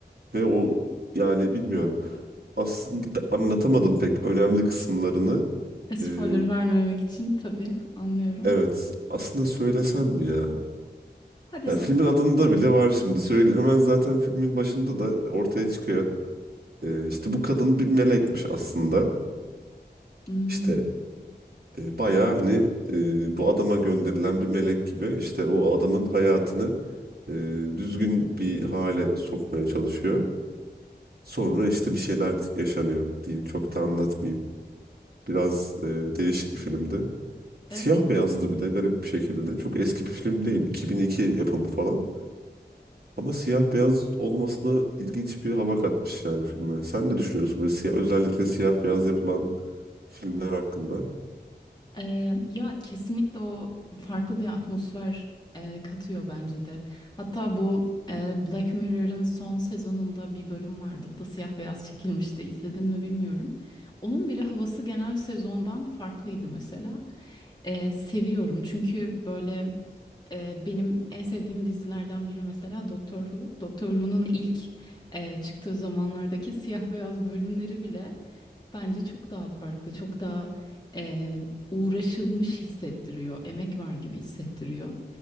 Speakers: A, on the right; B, on the left.
A: Ve o yani bilmiyorum. Aslında da anlatamadım pek önemli kısımlarını.
B: E, spoiler
A: Ee,
B: vermemek için tabii anlıyorum.
A: evet aslında söylesem mi ya?
B: Hadi
A: Yani
B: söyle.
A: filmin adında bile var şimdi. Söyle, hemen zaten filmin başında da ortaya çıkıyor. Ee, işte bu kadın bir melekmiş aslında.
B: Hmm,
A: İşte E, Bayağı hani e, bu adama gönderilen bir melek gibi işte o adamın hayatını e, düzgün bir hale sokmaya çalışıyor. Sonra işte bir şeyler yaşanıyor diyeyim çok da anlatmayayım. Biraz e, değişik bir filmdi. Siyah
B: evet.
A: beyazdı bir de garip bir şekilde. Çok eski bir film değil 2002 yapımı falan. Ama siyah beyaz olması da ilginç bir hava katmış yani filme. Sen ne düşünüyorsun böyle siyah, özellikle siyah beyaz yapılan filmler hakkında?
B: Ee, ya kesinlikle o farklı bir atmosfer e, katıyor bence de. Hatta bu e, Black Mirror'ın son sezonunda bir bölüm vardı. O da siyah beyaz çekilmişti. İzledin mi bilmiyorum. Onun bile havası genel sezondan farklıydı mesela. Ee, seviyorum çünkü böyle e, benim en sevdiğim dizilerden biri mesela Doctor Who. Doctor Who'nun ilk e, çıktığı zamanlardaki siyah beyaz bölümleri bile. Bence çok daha farklı, çok daha e, uğraşılmış hissettiriyor, emek var gibi hissettiriyor.